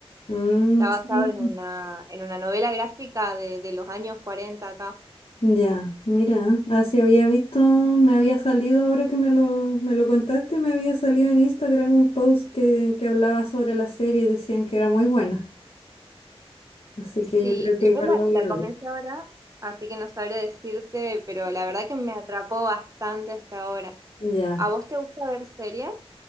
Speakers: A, on the left; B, on the right.
A: mm,
B: Está basado
A: sí.
B: en una, en una novela gráfica de, de los años 40 acá.
A: Ya, mira, así había visto, me había salido, ahora que me lo, me lo contaste, me había salido en Instagram un post que, que hablaba sobre la serie y decían que era muy buena. Así que
B: Sí,
A: yo creo que
B: y
A: igual
B: yo la,
A: lo voy
B: la
A: a
B: comencé
A: ver.
B: ahora, así que no sabría decirte, pero la verdad que me atrapó bastante hasta ahora.
A: Ya.
B: ¿A vos te gusta ver series?